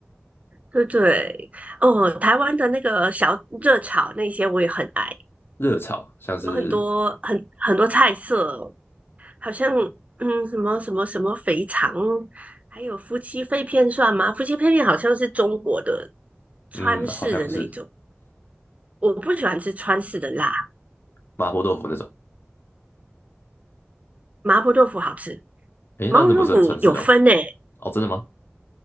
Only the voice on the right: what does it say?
对对，哦，台湾的那个小热炒那些我也很爱，
有很多很很多菜色，好像嗯什么什么什么肥肠，还有夫妻肺片算吗？夫妻肺片好像是中国的川式的那种，
我不喜欢吃川式的辣。
麻婆豆腐好吃，
麻婆豆腐有分诶、